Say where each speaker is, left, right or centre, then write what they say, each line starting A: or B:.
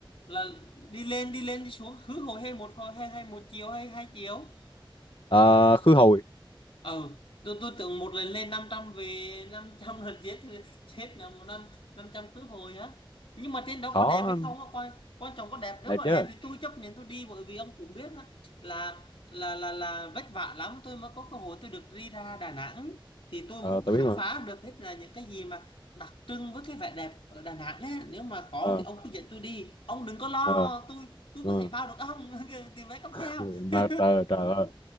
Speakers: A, on the left; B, on the left.
A: là đi lên đi lên đi xuống cứ hồi hay một hồi hay hay một chiều hay hai chiều?
B: Ờ, khứ hồi
A: ờ tôi, tôi tưởng một lần lên 500 về 500 lần giết chết là một năm 500 cướp hồi á nhưng mà trên đó
B: khó
A: có đẹp hay không á quan quan trọng có đẹp nếu
B: đẹp
A: mà
B: chứ
A: đẹp thì tôi chấp nhận tôi đi bởi vì ông cũng biết á, là là là là vất vả lắm tôi mới có cơ hội tôi được đi ra Đà Nẵng thì tôi
B: ờ
A: muốn
B: tôi
A: khám
B: biết mà
A: phá được hết là những cái gì mà đặc trưng với cái vẻ đẹp ở Đà Nẵng ấy. nếu mà có
B: ờ
A: thì ông cứ dẫn tôi đi ông đừng có lo
B: ờ
A: tôi tôi
B: ờ.
A: có thể bao được ông <laughs> tiền vé cáp
B: <laughs>
A: treo <laughs>
B: Mà trời trời ơi